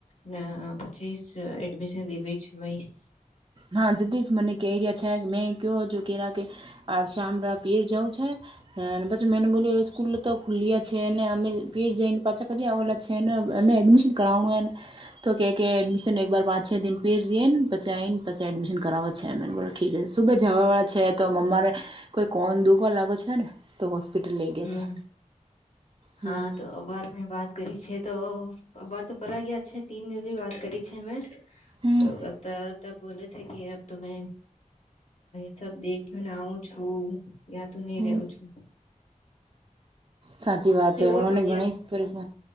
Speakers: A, on the left; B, on the right.
A: ને પછી અ એડમિશન દેવી છુ વાઇસ
B: હા જદી જ મને ક રહ્યા છે મેં કહયો કે કે આ શામળા પીર જવુ છે હ પાછ મેન બોલ્યુ સ્કુલે તો ખુલયા છે નેમે પીર જઈન પાછા કચી આવેલ છે ને અને એડમિશન કરાવણુંને તો કે કે એડમિશન એક બાર પાંચ છ દિન પર રેન પછી આઈન પછી એડમિશન કરાવો છેને બોલો ઠીક છે સુભે જવા વાળા છે તો મમ્મા ને કોઈ કોન દુખવા લાગો છે ને તો હોસ્પિટલ લઈ ગયા
A: હમ
B: છે
A: હા
B: હમ
A: તો અભર મેં વાત કરી છે તો અવાર તો પવા ગયા છે તીન દજ વાત કરી છે મેં
B: હમ
A: તો ત ત બોલે છે કે અબ તો મે સબ દેખનાઉ છું યા તો નહી
B: હમ
A: રેવુ છું
B: સાચી વાત એ પણ
A: ઓર બઢિયા
B: મને ઘણ પરેશાન